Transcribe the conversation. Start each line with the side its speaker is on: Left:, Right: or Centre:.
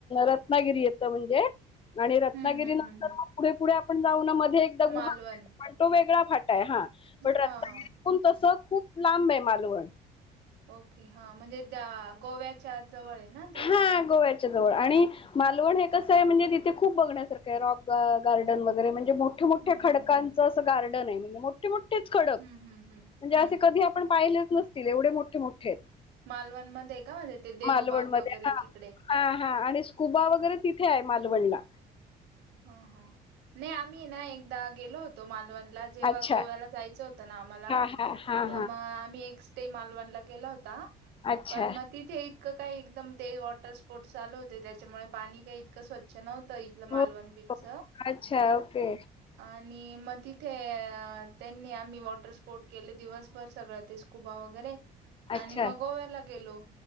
Left: रत्नागिरी येतं म्हणजे आणि रत्नागिरी
Right: हम्म हम्म
Left: नंतर
Right: हम्म हम्म
Left: पुढे पुढे आपण जाऊ ना मध्ये एकदा गुहागर
Right: मालवण
Left: पण तो वेगळा फाटा आहे हा पण रत्नागिरीतून
Right: हा हा
Left: तसं खूप लांब आहे मालवण.
Right: ओके हा म्हणजे त्या गोव्याच्या जवळ आहे ना ते.
Left: आ गोव्याच्या जवळ आणि मालवण हे कस
Right: हा
Left: आहे म्हणजे ते खूप बघण्यासारखे आहे रॉक गार्ड गार्डन वगैरे म्हणजे मोठ्या मोठ्या
Right: हम्म
Left: खडकांचं
Right: हम्म हम्म
Left: असं गार्डन आहे म्हणजे मो मोठे मोठेच खडक
Right: हम्म हम्म हम्म हम्म
Left: म्हणजे असे
Right: हम्म
Left: कधी आपण पाहिलेच नसतील एवढे मोठे मोठे आहेत.
Right: मालवणमध्ये हाय का ते देवबाग
Left: मालवणमध्ये
Right: वगैरे तिकडे.
Left: हा हा आणि स्कुबा वगैरे तिथे आहे मालवणला.
Right: हो हो नाही आम्ही ना एकदा गेलो होतो मालवण ला जेव्हा
Left: अच्छा.
Right: गोव्याला जायच होत ना आम्हाला
Left: हां, हां, हां,
Right: तर
Left: हां.
Right: मगं आम्ही एक ते मालवणला गेला होता
Left: अच्छा.
Right: पण मग तिथे इतकं काही एकदम ते वॉटर स्पोर्टस चालू होते त्याच्यामुळे पाणी काही इतकं स्वच्छ नव्हतं इथलं
Left: हो,
Right: मालवण बीचचं
Left: अच्छा, ओके!
Right: आणि मग तिथे त्यांनी आम्ही वॉटर स्पोर्ट केले दिवसभर सगळ तेच स्कुबा वगैरे
Left: अच्छा,
Right: आणि मग गोव्याला गेलो